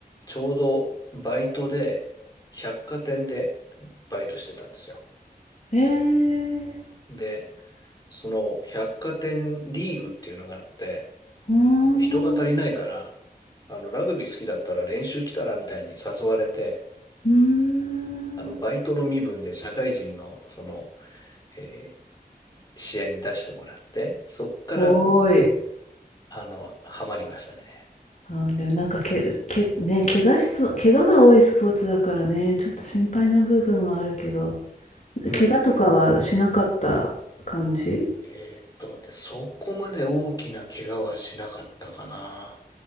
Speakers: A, on the left (about 25°); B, on the left (about 50°).
A: ちょうどバイトで、百貨店でバイトしてたんですよ。
B: ええー、
A: で、その百貨店リーグっていうのがあって、
B: うーん、
A: あの、人が足りないから、
B: う
A: あの、ラグビー好きだったら練習来たらみたいに誘われて、
B: ーん。
A: あの、バイトの身分で社会人の、その、えー試合に出してもらって、そっから、
B: ごーい。
A: あの、ハマりましたね。
B: あでもなんかけ、け、ね、怪我しそう、怪我が多いスポーツだからね、ちょっと心配な部分はあるけど、
A: うんうん
B: 怪我とかはしなかった感じ
A: えーっとね、そこまで大きな怪我はしなかったかな。